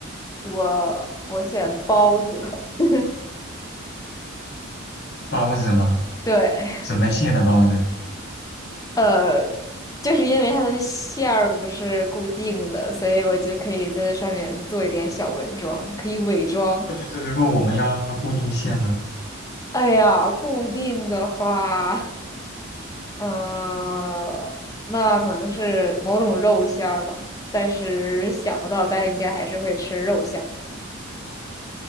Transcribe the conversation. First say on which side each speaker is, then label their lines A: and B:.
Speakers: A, on the left; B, on the left.
A: 我我选包子。<laughs>
B: 包子吗？
A: 对，
B: 什么馅的包子？
A: 呃，就是因为它的馅儿不是固定的，所以我就可以在这上面做一点小文装，可以伪装。
B: 就是如果我们要固定馅呢？
A: 哎呀，固定的话。<laughs> 嗯，那可能是某种肉馅儿吧，但是想不到，但是应该还是会吃肉馅儿。
B: 哦